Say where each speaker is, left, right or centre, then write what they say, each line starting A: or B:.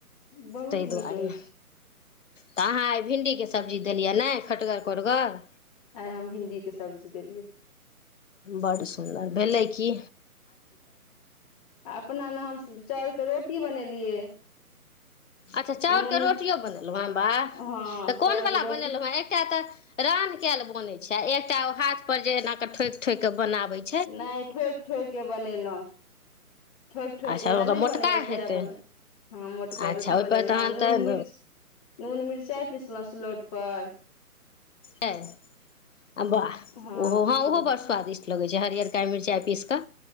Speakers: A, on the left (about 20°); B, on the left (about 55°).
A: बहुत
B: ताहि दुआरे
A: नीक रहै छै
B: तऽ अहाँ आई भिण्डी के सब्जी देलियै ने खटगर कोरगर
A: आई हम भिंडी के सब्जी देलियै
B: बड़ सुन्दर भेलै कि
A: अपना नऽ हम चाउर के रोटी बनेलियै
B: अच्छा चाउर
A: नून
B: के रोटियो बनेलहुँ ह बाह
A: हँ
B: तऽ कोनवला
A: चाउर के रोटी
B: बनेलहुँ हे एकटा तऽ रान केल बने छैय एकटा हाथ पर जे एना के ठोक ठोक के बनावे छैय।
A: नहि ठोकि ठोकि कऽ बनेलहु ठईक ठएक
B: अच्छा
A: नहि
B: ओकर मोटका
A: बनैएसह
B: हेतै
A: बने ह मोटका
B: अच्छा
A: रोटी
B: ओहिपर
A: बनेलहुँ
B: तहन
A: नून
B: तऽ
A: मिच नून मिचाई पिसलहुँ सिलौटपर
B: ह वाह
A: हँ
B: ओहो
A: पिसलहुँ
B: ह ओहो बड़ स्वादिष्ट लगै छैय हरिअरका मिरचाई पीस कऽ